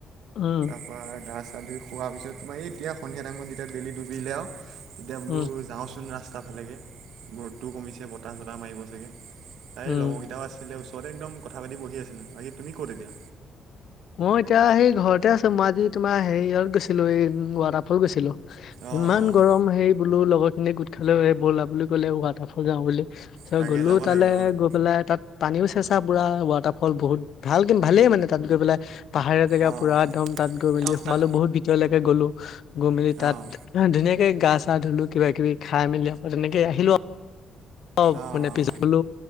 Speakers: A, on the left (about 65°); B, on the right (about 80°).
A: উ
B: তাৰৰা গা চা ধুই খোৱাৰ পিছত তোমাৰ এই এতিয়া সন্ধিয়া টাইমত যেতিয়া বেলি ডুবিলে আৰু তেতিয়া বোলো
A: উম
B: যাওঁচোন ৰাস্তা ফালেগে গৰতটোও কমিছে বতাহ চতাহ মাৰিব চাগে তাইৰ
A: উম
B: লগৰকেইটাও আছিলে ওচৰতে একদম কথা পাতি বহি আছিলোঁ বাকী তুমি ক'ত তেতিয়া
A: মই এতিয়া সেই ঘৰতে আছো মই আজি তোমাৰ হেৰি ইত গৈছিলো এই ৱাটাৰফল গৈছিলো
B: অঁ
A: ইমান
B: অঁ
A: গৰম হেই বোলো লগৰ খিনি গোট খালে বলা বুলি ক'লে ৱাটাৰফল যাওঁ বুলি তাৰছত
B: তাকে
A: গ'লো
B: যাব
A: তালৈ,
B: লাগে যাব লাগে
A: গৈ পেলাই তাত পানীও চেঁচা পুৰা ৱাটাৰফল বহুত ভাল ভালেই মানে তাত গৈ পেলাই, পাহাৰীয়া জেগা
B: অঁ
A: পুৰা
B: অঁ
A: একদম তাত গৈ
B: একদম
A: মেলি সোমালো
B: তাত
A: বহুত এতিয়ালৈকে গ'লো গৈ মেলি তাত
B: অঁ
A: অ', ধুনীয়াকে গা চা ধুলো কিবা কিবি, খাই মেলি আকৌ তেনেকে আহিলো আৰু অ',
B: অঁ
A: ানে পিছফলো